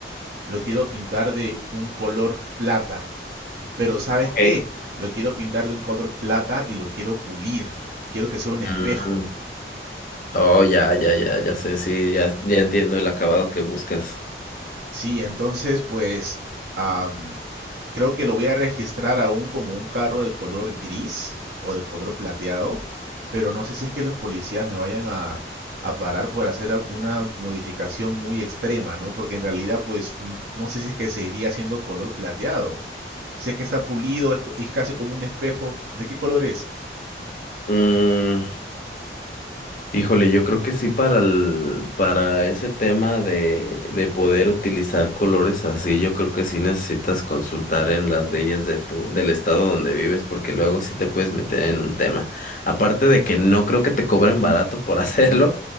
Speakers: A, on the right; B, on the left.
A: lo quiero pintar de un color plata. Pero ¿sabes
B: Ok.
A: qué? Lo quiero pintar de un color plata y lo quiero pulir. Quiero que sea un espejo.
B: Mm. Oh, ya, ya, ya, ya sé. Sí, ya, ya entiendo el acabado que buscas.
A: Sí, entonces pues am, creo que lo voy a registrar aún como un carro de color gris o de color plateado. Pero no sé si es que los policías me vayan a, a parar por hacer a- una modificación muy extrema, ¿no? Porque en realidad pues n- no sé si es que seguiría siendo color plateado. Si es que está pulido, es, co- es casi como un espejo. ¿De qué color es?
B: Mm, Híjole, yo creo que sí para el, para ese tema de, de poder utilizar colores así, yo creo que sí necesitas consultar en las leyes de tu, del estado donde vives, porque luego sí te puedes meter en un tema. Aparte de que no creo que te cobren barato por <laughs> hacerlo,